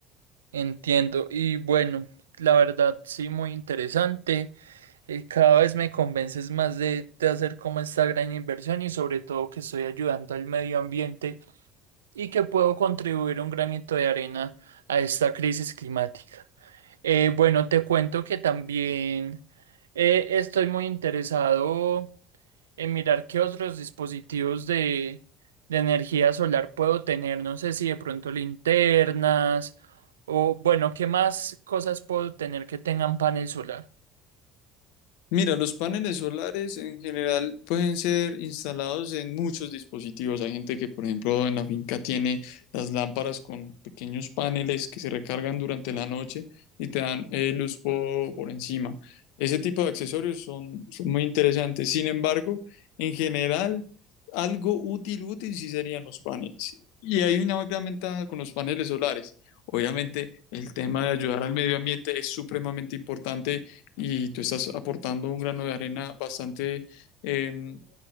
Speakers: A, on the right; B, on the left.
A: entiendo. Y bueno, la verdad, sí, muy interesante. Eh, cada vez me convences más de, de hacer como esta gran inversión y sobre todo que estoy ayudando al medio ambiente y que puedo contribuir un granito de arena a esta crisis climática. Eh, bueno, te cuento que también eh, estoy muy interesado en mirar qué otros dispositivos de, de energía solar puedo tener. No sé si de pronto linternas o, bueno, qué más cosas puedo tener que tengan panel solar.
B: Mira, los paneles solares en general pueden ser instalados en muchos dispositivos. Hay gente que, por ejemplo, en la finca tiene las lámparas con pequeños paneles que se recargan durante la noche y te dan eh, luz po- por, encima. Ese tipo de accesorios son, son muy interesantes. Sin embargo, en general, algo útil, útil sí serían los paneles. Y hay una gran ventaja con los paneles solares. Obviamente, el tema de ayudar al medio ambiente es supremamente importante y tú estás aportando un grano de arena bastante em,